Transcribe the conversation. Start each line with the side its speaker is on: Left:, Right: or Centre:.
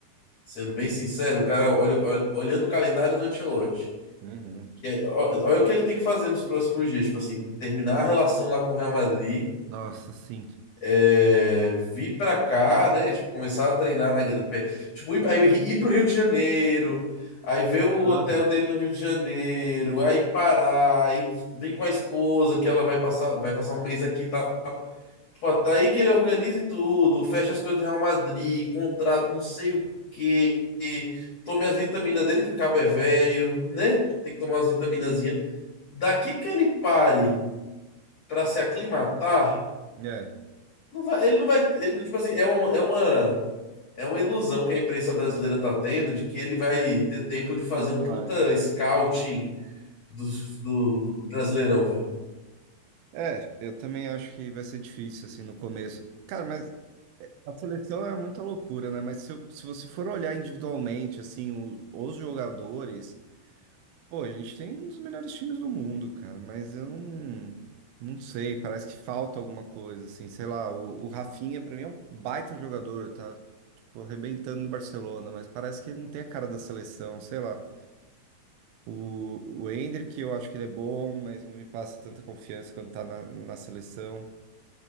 Left: sendo bem sincero, o cara, olha, olha- olhando o calendário do Ancelotti,
Right: uhum.
Left: que é- ó- olha o que ele tem que fazer nos próximos dias, tipo assim, terminar a relação lá com o Real Madrid
Right: Nossa, sim.
Left: é, vir pra cá, né? Tipo, começar a treinar na, tipo, ir, aí, ir pro Rio de Janeiro, aí ver o
Right: Aham.
Left: hotel dele no Rio de Janeiro, aí parar, aí vem com a esposa que ela vai passar, vai passar um mês aqui e tal. Pô, tá aí que ele organize tudo, fecha as coisas do Real Madrid, contrato, não sei o quê. Tome as vitaminas dele, que o cabo é velho, né? Tem que tomar as vitaminazinhas. Daqui que ele pare pra se aclimatar,
Right: É.
Left: não vai, ele não vai. Ele, tipo assim, é uma, é uma, é uma ilusão que a imprensa brasileira tá tendo de que ele vai ter tempo de fazer
Right: É um milagre.
Left: um puta scouting dos- do, do, Brasileirão, velho.
Right: É, eu também acho que vai ser difícil, assim, no começo. Cara, mas A seleção é muita loucura, né? Mas se, eu- se você for olhar individualmente, assim, o- os, jogadores, pô, a gente tem um dos melhores times do mundo, cara, mas eu não, não sei, parece que falta alguma coisa, assim, sei lá, o, o Rafinha, pra mim, é um baita jogador, tá, tipo, arrebentando no Barcelona, mas parece que ele não tem a cara da seleção, sei lá. O, o Endrick, eu acho que ele é bom, mas não me passa tanta confiança quando tá na, na seleção.